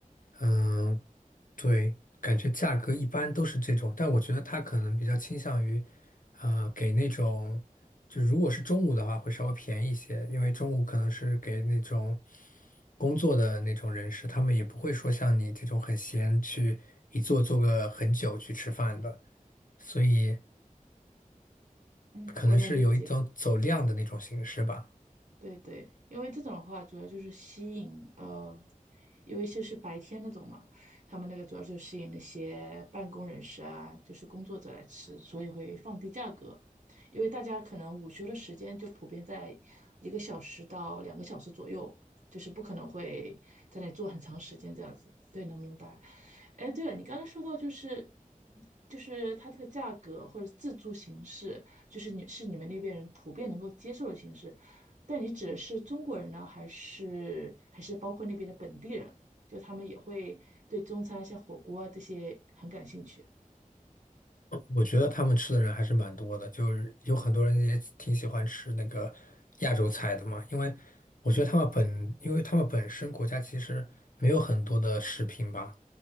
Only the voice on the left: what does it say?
嗯，对，感觉价格一般都是这种，但我觉得他可能比较倾向于，啊、给那种，就如果是中午的话，会稍微便宜一些，因为中午可能是给那种工作的那种人士，他们也不会说像你这种很闲去一坐坐个很久去吃饭的，所以
可能是有一种走量的那种形式吧。
我觉得他们吃的人还是蛮多的，就是有很多人也挺喜欢吃那个亚洲菜的嘛，因为我觉得他们本，因为他们本身国家其实没有很多的食品吧，